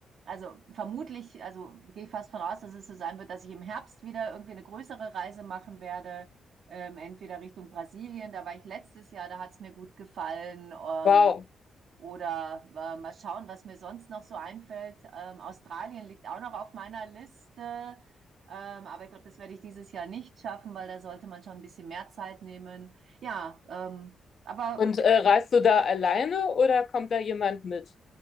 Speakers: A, on the right; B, on the left.
A: also vermutlich, also gehe ich fast von aus, dass es so sein wird, dass ich im Herbst wieder irgendwie eine größere Reise machen werde. Ähm, entweder Richtung Brasilien, da war ich letztes Jahr, da hat es mir gut gefallen. Ähm,
B: Wow.
A: oder äh, mal schauen, was mir sonst noch so einfällt. Ähm, Australien liegt auch noch auf meiner Liste. Ähm, aber ich glaube, das werde ich dieses Jahr nicht schaffen, weil da sollte man schon ein bisschen mehr Zeit nehmen. Ja, ähm, aber
B: Und äh, reist du da alleine oder kommt da jemand mit?